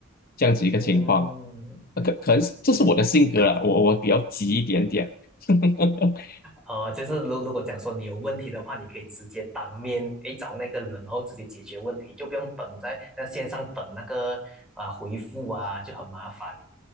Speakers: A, on the left; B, in the centre.
A: 这样子一个情况，
B: 嗯，
A: 呃可可能是这是我的性格啦，我我比较急一点点，<laughs>
B: 哦呃，就是如如果讲说你有问题的话，你可以直接当面诶找那个人，然后直接解决问题，就不用等在那线上等那个啊、呃回复啊，就很麻烦。